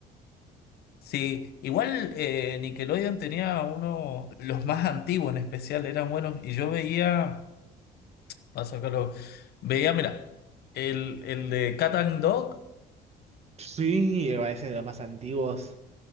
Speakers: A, on the left; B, on the right.
A: sí, igual eh, Nickelodeon tenía uno, los más antiguos en especial, eran buenos. Y yo veía, paso acá lo, veía, mira, el, el de Cat and Dog,
B: Sí, a veces los más antiguos.